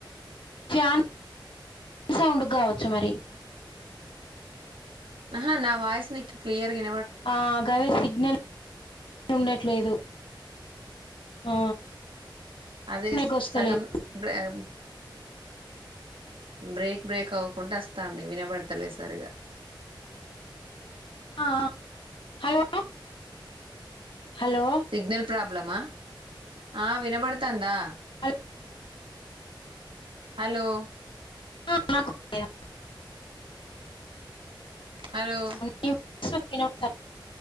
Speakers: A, on the left; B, on the right.
A: ఫ్యాన్ సౌండ్ కావచ్చు మరి
B: ఆహా నా వాయిస్ నిక్ క్లియర్గా ప్
A: ఆ గదే సిగ్నల్ ఉండట్లేదు ఆ
B: అదే
A: నీకు వస్తలేదు
B: సగం బ్రావ్ బ్రేక్ బ్రేక్ అవ్వకుంట వస్తాంది వినబడతలే సరిగా
A: ఆ హలో హలో
B: సిగ్నల్ ప్రాబ్ లమా ఆ వినబడుతందా
A: అల్
B: హలో
A: <inaudible>
B: హలో
A: <inaudible> వినబడతా